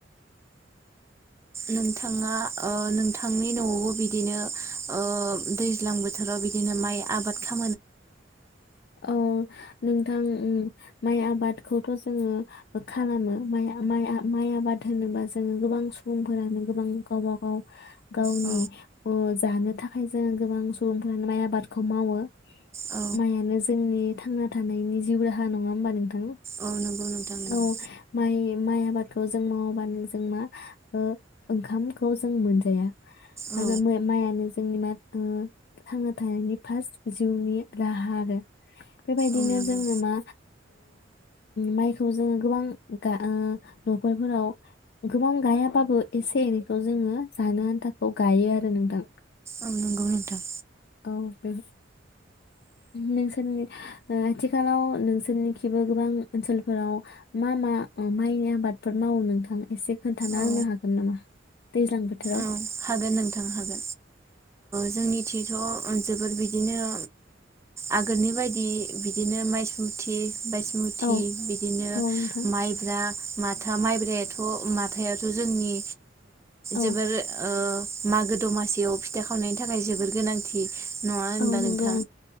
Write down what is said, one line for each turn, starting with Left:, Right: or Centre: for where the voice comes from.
Right: नोंथाङा ओ नों थांनि न'आवबो बिदिनो ओ दैज्लां बोथोराव बिदिनो माइ आबाद खालाम
Left: औ नोंथां उम माइ आबादखौथ' जोङो खालामो माइ माइ आबाद होनोबा जोङो गोबां सुबुंफोरानो गोबां गावबाागाव गावनि
Right: औ
Left: ओ जानो थाखाय जोङो गोबां सुबुंफोरानो माइ आबादखौ मावो
Right: औ
Left: माइआनो जोंनि थांना थानायनि जिउ राहा नङा होमबा नोंथां
Right: औ नंगौ नोंथां नंगौ
Left: औ माइ माइ आबादखौ जों मावाबानो जों मा ओ ओंखामखौ जों मोनजाया
Right: औ
Left: आरो माइआनो जोंनि मा ओ थांना थानायनि फार्स्ट जिउनि राहा आरो बेबायदिनो
Right: औ नंगौ
Left: जोङो मा माइखौ जोङो गोबां ओ न'खरफोराव गोबां गायाबाबो एसे एनैखौ जोङो जानो आन्थाखौ गायो आरो नोंथां
Right: औ नंगौ नोंथां
Left: औ बे नोंसोरनि ओ आथिखालाव नोंसोरनिखिबो गोबां ओनसोलफोराव मा मा ओ माइनि आबादफोर मावो नोंथां एसे खोन्थाना
Right: औ
Left: होनो हागोन नामा दैज्लां बोथोराव?
Right: औ हागोन नोंथां हागोन जोंनिथिथ' जोबोर बिदिनो आगोलनि बायदि बिदिनो माइसमुथि बायसमुथि
Left: औ
Right: बिदिनो
Left: औ नोंथां
Right: माइब्रा माथा माइब्रायाथ' माथायाथ' जोंनि
Left: औ
Right: जोबोर ओ मागो दमासियाव फिथा खावनायनि थाखाय जोबोर गोनांथि नङा होनबा
Left: औ नंगौ
Right: नोंथां